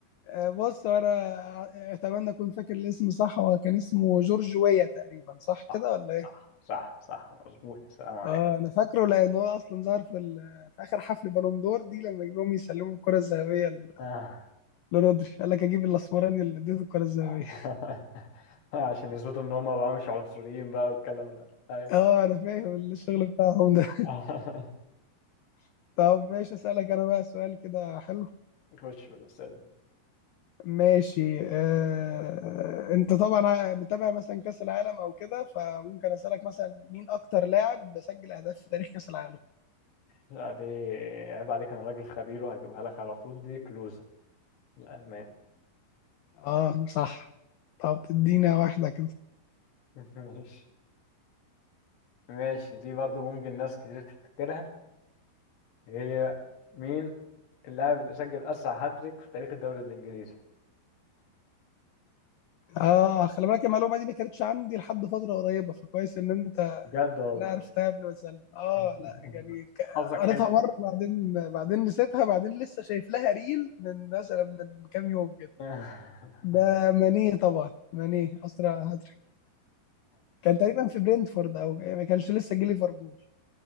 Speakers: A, on the left; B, on the left.
A: آه، بص هو انا اتمنى اكون فاكر الاسم صح هو كان اسمه جورج ويا تقريبا صح
B: صح
A: كده ولا ايه
B: صح صح صح مظبوط السلام عليكم
A: اه انا فاكره لان هو اصلا ظهر في ال- في اخر حفل بالون دور دي لما جم يسلموا الكرة الذهبية ل-
B: آه.
A: لرودري قال لك اجيب الاسمراني اللي اديته الكرة الذهبية
B: <laughs> عشان يثبتوا ان هم بقى مش عنصريين بقى والكلام ده ايوه
A: <laughs> اه انا فاهم الشغل بتاعهم ده
B: <laughs>
A: <laughs> طب ماشي اسالك انا بقى سؤال كده حلو
B: خش بالاسئله
A: ماشي آه، انت طبعا متابع مثلا كاس العالم او كده فممكن اسالك مثلا مين اكتر لاعب سجل اهداف في تاريخ كاس العالم
B: لا دي عيب عليك انا راجل خبير وهجيبها لك على طول دي كلوزة الالماني
A: اه صح طب ادينا واحده كده
B: <laughs> ماشي ماشي دي برضو ممكن ناس كتير تفتكرها هي مين اللاعب اللي سجل اسرع هاتريك في تاريخ الدوري الانجليزي
A: اه خلي بالك المعلومه دي ما كانتش عندي لحد فتره قريبه فكويس ان انت
B: بجد والله
A: إن أنا عرفتها قبل ما اسالك اه
B: <laughs>
A: لا يعني ك-
B: حظك
A: قريتها
B: حلو
A: مره بعدين بعدين نسيتها بعدين لسه شايف لها ريل من مثلا من كام يوم كده
B: <laughs> آه،
A: ده ماني طبعا ماني اسرع كان تقريبا في برينتفورد او ما كانش لسه جه ليفربول